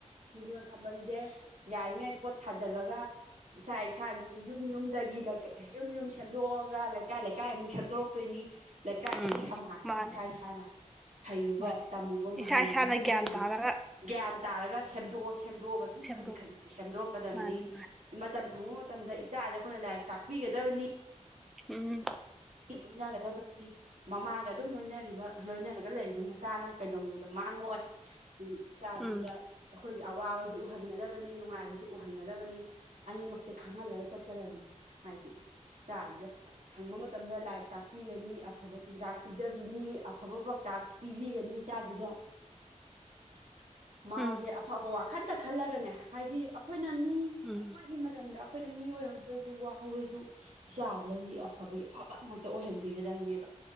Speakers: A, on the right (about 80°); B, in the centre.
A: ꯍꯤꯡꯒꯣꯜ ꯁꯥꯝꯕꯜꯁꯦ ꯌꯥꯔꯤꯉꯩ ꯄꯣꯠ ꯊꯥꯖꯤꯜꯂꯒ꯫ ꯏꯁꯥ ꯏꯁꯥꯒꯤ ꯌꯨꯝ ꯌꯨꯝꯗꯒꯤ ꯌꯨꯝ ꯌꯨꯝ ꯁꯦꯝꯗꯣꯛꯑꯒ ꯂꯩꯀꯥꯏ ꯂꯩꯀꯥꯏ ꯑꯃꯨꯛ ꯁꯦꯝꯗꯣꯔꯣ꯫ ꯆꯠꯇꯣꯏꯅꯤ ꯂꯩꯀꯥꯏꯗꯒꯤ
B: ꯎꯝ
A: ꯁꯃꯥꯖꯁꯦ
B: ꯃꯥꯅꯤ
A: ꯏꯁꯥ ꯏꯁꯥꯅ ꯍꯩꯔꯨꯕ꯫
B: ꯃꯥꯅꯤ
A: ꯇꯝꯃꯨꯕ ꯃꯍꯩꯁꯤꯒꯤ
B: ꯏꯁꯥ ꯏꯁꯥꯅ
A: ꯃꯍꯩꯁꯦ꯫
B: ꯒ꯭ꯌꯥꯟ ꯇꯥꯔꯒ
A: ꯒ꯭ꯌꯥꯟ ꯇꯥꯔꯒ ꯁꯦꯝꯗꯣꯛꯑꯣ ꯁꯦꯝꯗꯣꯛꯑꯒ ꯁꯨꯝ
B: ꯁꯦꯝꯗꯣꯛ
A: ꯈꯖꯤꯛ ꯈꯖꯤꯛꯁꯦ ꯁꯦꯝꯗꯣꯔꯛꯀꯗꯕꯅꯤ꯫
B: ꯃꯥꯅꯤ ꯃꯥꯅꯤ
A: ꯃꯇꯝ ꯁꯪꯕ ꯃꯇꯝꯗ ꯏꯆꯥꯁꯦ ꯑꯩꯈꯣꯏꯅ ꯂꯥꯏꯔꯤꯛ ꯇꯥꯛꯄꯤꯒꯗꯕꯅꯤ꯫
B: ꯎꯝ꯫
A: ꯂꯣꯏꯅꯒꯗꯕꯅꯤ꯫ ꯃꯃꯥꯒ ꯑꯗꯨꯝ ꯂꯣꯏꯅꯔꯤꯕ ꯂꯣꯏꯅꯔꯒ ꯂꯩꯔꯤꯕ ꯃꯆꯥꯅ ꯀꯩꯗꯧꯅꯨꯡꯗ ꯃꯥꯡꯉꯣꯏ꯫ ꯏꯆꯥꯁꯤꯗ
B: ꯎꯝ
A: ꯑꯩꯈꯣꯏꯒꯤ ꯑꯋꯥꯕꯁꯨ ꯎꯍꯟꯒꯗꯕꯅꯤ ꯅꯨꯡꯉꯥꯏꯕꯁꯨ ꯎꯍꯟꯒꯗꯕꯅꯤ꯫ ꯑꯅꯤꯃꯛꯁꯦ ꯈꯪꯍꯜꯂꯒ ꯆꯠꯀꯂꯝꯅꯦꯕ ꯍꯥꯏꯗꯤ ꯏꯆꯥꯁꯤꯗ ꯁꯪꯕ ꯃꯇꯝ꯫ ꯃꯇꯝꯅ ꯂꯥꯏꯔꯤꯛ ꯇꯥꯛꯄꯤꯒꯅꯤ ꯑꯐꯕ ꯆꯤꯟꯖꯥꯛ ꯄꯤꯖꯕꯤꯅꯤ ꯑꯐꯕ ꯄꯥꯎꯇꯥꯛ ꯄꯤꯕꯤꯒꯅꯤ ꯏꯆꯥꯁꯤꯗ꯫ <inaudible> ꯃꯥꯎꯁꯦ
B: ꯎꯝ
A: ꯑꯐꯕ ꯋꯥꯈꯟꯇ ꯈꯜꯂꯒꯅꯦ ꯍꯥꯏꯗꯤ ꯑꯩꯈꯣꯏꯅ ꯃꯤ꯫
B: ꯎꯝ
A: ꯑꯩꯈꯣꯏꯒꯤ ꯃꯇꯝꯗ ꯑꯩꯈꯣꯏꯅ ꯃꯤ ꯑꯣꯏꯍꯧꯗ꯭ꯔꯁꯨ ꯋꯥꯍꯧꯔꯁꯨ ꯏꯆꯥꯁꯤꯗꯗꯤ ꯑꯐꯕꯒꯤ꯫ ꯑꯐꯕ ꯑꯃꯛꯇ ꯑꯣꯏꯍꯟꯕꯤꯒꯗꯕꯅꯦꯕ꯫